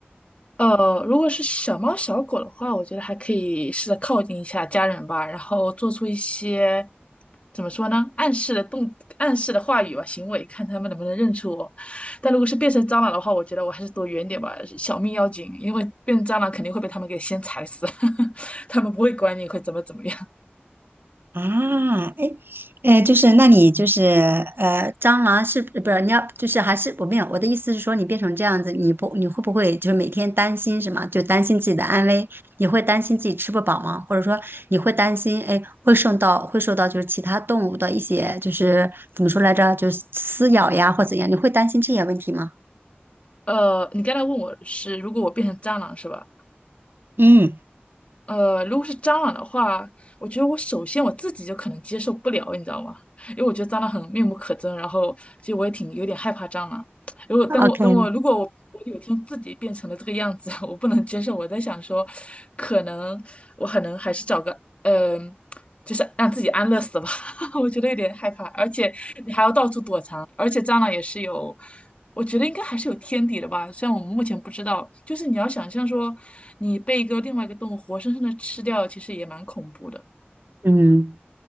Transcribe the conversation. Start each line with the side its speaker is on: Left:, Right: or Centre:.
Left: 呃，如果是小猫小狗的话，我觉得还可以试着靠近一下家人吧，然后做出一些怎么说呢，暗示的动、暗示的话语吧，行为，看他们能不能认出我。但如果是变成蟑螂的话，我觉得我还是躲远点吧，小命要紧，因为变成蟑螂肯定会被他们给先踩死，<laughs> 他们不会管你会怎么怎么样。
Right: 啊，哎，哎，就是那你就是呃，蟑螂是不是你要就是还是我没有我的意思是说，你变成这样子，你不你会不会就是每天担心什么？就担心自己的安危，你会担心自己吃不饱吗？或者说你会担心哎会受到会受到就是其他动物的一些就是怎么说来着，就是撕咬呀或怎样，你会担心这些问题吗？
Left: 呃，你刚才问我是，如果我变成蟑螂是吧？
Right: 嗯
Left: 呃，如果是蟑螂的话，我觉得我首先我自己就可能接受不了，你知道吗？因为我觉得蟑螂很面目可憎，然后其实我也挺有点害怕蟑螂。如果等我等我如果我我有天自己变成了这个样子，
Right: ，OK，
Left: <laughs> 我不能接受。我在想说，可能我可能还是找个嗯、呃就是让自己安乐死吧。<laughs> 我觉得有点害怕，而且你还要到处躲藏，而且蟑螂也是有，我觉得应该还是有天敌的吧，虽然我们目前不知道，就是你要想象说，你被一个另外一个动物活生生的吃掉，其实也蛮恐怖的。
Right: 嗯。